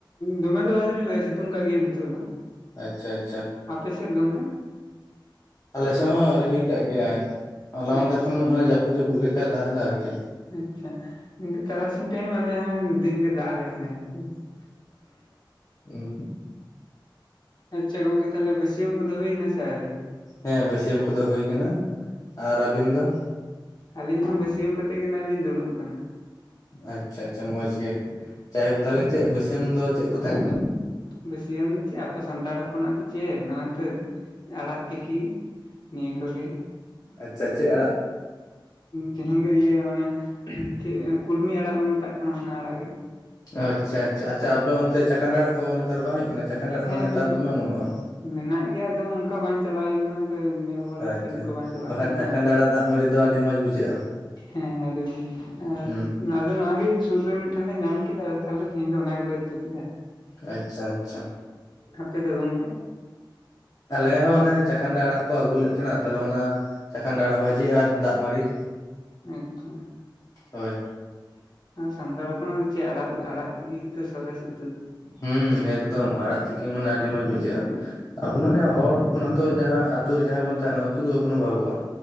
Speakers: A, on the left (about 60°); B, on the left (about 45°).
A: ᱫᱚᱢᱮ ᱫᱚ ᱵᱟᱭᱟ ᱨᱤᱢᱤᱞ ᱠᱟᱜ-ᱟ ᱥᱤᱛᱩᱝ ᱠᱟᱜ ᱜᱮᱭᱟᱭ ᱱᱤᱛᱚᱜ ᱫᱚ
B: ᱟᱪᱪᱷᱟ ᱟᱪᱪᱷᱟ
A: ᱟᱯ ᱥᱮᱫ ᱜᱚᱝᱠᱮ?
B: ᱟᱞᱮᱥᱮᱜ ᱦᱚᱸ ᱨᱤᱢᱤᱞ ᱠᱟᱜ ᱜᱮᱭᱟᱭ ᱦᱚᱞᱟ ᱢᱟᱱᱫᱮᱨ
A: ᱟᱪᱪᱷᱟ
B: ᱠᱷᱚᱱ ᱡᱟᱹᱯᱩᱫ ᱡᱟᱹᱯᱩᱫ ᱞᱮᱠᱟᱭ ᱫᱟᱜ ᱮᱫᱟ ᱟᱨᱠᱤ
A: ᱟᱪᱷᱟ ᱤᱝᱠᱟᱹ ᱛᱟᱨᱟᱥᱤᱧ ᱴᱟᱭᱤᱢ ᱟᱞᱮ ᱦᱚᱸ ᱫᱤᱱ ᱜᱮ ᱫᱟᱜ ᱟᱞᱮ ᱠᱟᱱᱟ ᱤᱱᱠᱟᱹ ᱫᱚ <inaudible>
B: ᱦᱩᱸ
A: ᱟᱪᱪᱷᱟ ᱜᱚᱝᱠᱮ ᱛᱟᱦᱚᱞᱮ ᱵᱟᱹᱥᱭᱢ ᱠᱚᱫᱚ ᱦᱩᱭᱮᱱᱟ ᱥᱮ ᱟᱹᱣᱨᱤ
B: ᱦᱮᱸ ᱵᱟᱹᱥᱭᱟᱹᱢ ᱠᱚᱫᱚ ᱦᱩᱭᱩ ᱠᱟᱱᱟ ᱟᱨ ᱟᱹᱵᱤᱱ ᱫᱚ?
A: ᱟᱹᱞᱤᱧ ᱦᱚᱸ ᱵᱟᱹᱥᱭᱟᱹ ᱠᱟᱛᱮᱫ ᱜᱮ ᱱᱚᱜᱼᱚᱭ ᱞᱤᱧ ᱫᱩᱲᱩᱵ ᱟᱠᱟᱱᱟ
B: ᱟᱪᱪᱷᱟ ᱟᱪᱪᱷᱟ ᱢᱚᱸᱡᱽ ᱜᱮ ᱡᱟᱭᱦᱳᱠ ᱛᱟᱦᱮᱞᱮ ᱪᱮᱫ ᱵᱟᱹᱭᱥᱭ ᱫᱚ ᱪᱮᱫ ᱠᱚ ᱛᱟᱦᱮᱸ ᱠᱟᱱᱟ
A: ᱵᱟᱹᱥᱭᱟᱹᱢ ᱫᱚ ᱪᱮᱫ ᱟᱵᱚ ᱥᱟᱱᱛᱟᱲ ᱦᱚᱯᱚᱱᱟᱜ ᱫᱚ ᱪᱮᱫ ᱱᱚᱜᱼᱚᱭ ᱛᱚ ᱟᱲᱟᱜ ᱛᱤᱠᱤ ᱱᱤᱭᱟᱹ ᱠᱚ ᱜᱮ
B: ᱟᱪᱪᱷᱟ ᱪᱮᱫ ᱟᱲᱟᱜ
A: ᱛᱮᱦᱤᱧ ᱫᱚ ᱤᱭᱟᱹ ᱚᱱᱮ ᱪᱮᱫ ᱠᱩᱞᱢᱤ ᱟᱲᱟᱜ ᱵᱚᱱ ᱢᱮᱛᱟᱜ ᱠᱟᱱᱟ ᱚᱱᱟ ᱟᱲᱟᱜ ᱜᱮ
B: ᱟᱪᱪᱷᱟ ᱟᱪᱪᱷᱟ ᱟᱪᱪᱷᱟ ᱟᱯᱮ ᱚᱱᱛᱮ ᱪᱟᱠᱟᱱᱰᱟ ᱟᱲᱟᱜ ᱠᱚ ᱱᱮᱛᱟᱨ ᱵᱟᱝ ᱦᱩᱭᱩᱜ ᱠᱟᱱᱟ ᱪᱟᱠᱟᱱᱰᱟ ᱟᱲᱟᱜ
A: ᱦᱮᱸ
B: ᱢᱟ ᱱᱮᱛᱟᱨ ᱫᱚᱢᱮ ᱚᱢᱚᱱᱚᱜᱼᱟ
A: ᱢᱮᱱᱟᱜ ᱜᱮᱭᱟ ᱟᱫᱚ ᱚᱱᱠᱟ ᱵᱟᱝ ᱪᱟᱞᱟᱣ ᱦᱩᱭ ᱠᱟᱱᱟ ᱧᱮᱞ ᱵᱟᱲᱟ
B: ᱟᱪᱪᱷᱟ
A: ᱥᱤᱫ ᱠᱚ ᱵᱟᱝ ᱪᱟᱞᱟᱣ
B: ᱵᱟᱠᱷᱟᱱ
A: ᱦᱩᱭ
B: ᱪᱟᱠᱟᱱᱰᱟ
A: ᱠᱟᱱᱟ
B: ᱟᱲᱟᱜ ᱫᱟᱜ ᱢᱟᱹᱲᱤ ᱫᱚ ᱟᱹᱰᱤ ᱢᱚᱸᱡᱽ ᱵᱩᱡᱷᱟᱹᱜᱼᱟ
A: ᱦᱮᱸ ᱟᱹᱰᱤ ᱢᱚᱡᱽ ᱟᱨ
B: ᱦᱩᱸ
A: ᱟᱫᱚ ᱱᱚᱣᱟᱜᱮ ᱥᱩᱨ ᱨᱮ ᱢᱤᱫ ᱴᱷᱮᱱ ᱞᱮ ᱧᱟᱢ ᱠᱮᱫᱟ ᱛᱟᱦᱞᱮ ᱛᱮᱦᱤᱧ ᱫᱚ ᱚᱱᱟ ᱜᱮᱞᱮ ᱩᱛᱩ ᱠᱮᱫᱟ
B: ᱟᱪᱪᱷᱟ ᱟᱪᱪᱷᱟ
A: ᱟᱯᱮ ᱫᱚ ᱜᱚᱢᱠᱮ
B: ᱟᱞᱮ ᱦᱚᱸ ᱚᱱᱮ ᱪᱟᱠᱟᱱᱰᱟ ᱟᱲᱟᱜ ᱠᱚ ᱟᱹᱜᱩ ᱞᱮᱫ ᱛᱟᱦᱮᱱᱟ ᱛᱟᱞᱦᱮ ᱚᱱᱟ ᱪᱟᱠᱟᱱᱰᱟ ᱟᱲᱟᱜ ᱵᱷᱟᱹᱡᱤ ᱟᱨ ᱫᱟᱜ ᱢᱟᱹᱲᱤ
A: ᱟᱪᱪᱷᱟ
B: ᱦᱳᱭ
A: ᱥᱟᱱᱛᱟᱲ ᱚᱱᱟ ᱫᱚ ᱪᱮᱫ ᱟᱲᱟᱜ ᱟᱲᱟᱜ ᱛᱤᱠᱤ ᱥᱚᱨᱮᱥ ᱩ
B: ᱦᱩᱸ ᱮᱠᱫᱚᱢ ᱟᱲᱟᱜ ᱛᱤᱠᱤ ᱢᱟᱱᱮ ᱟᱹᱰᱤ ᱢᱚᱡᱽ ᱵᱩᱡᱷᱟᱹᱜᱼᱟ ᱟᱵᱚ ᱢᱟᱱᱮ ᱦᱚᱲ ᱟᱵᱚᱱᱟᱜ ᱫᱚ ᱡᱟᱦᱟᱸ ᱟᱛᱩ ᱨᱮ ᱡᱟᱦᱟᱸᱭ ᱵᱚᱱ ᱛᱟᱦᱮᱱᱟ ᱩᱛᱩ ᱫᱚ ᱵᱟᱵᱚᱱ ᱚᱵᱷᱟᱵᱚᱜᱼᱟ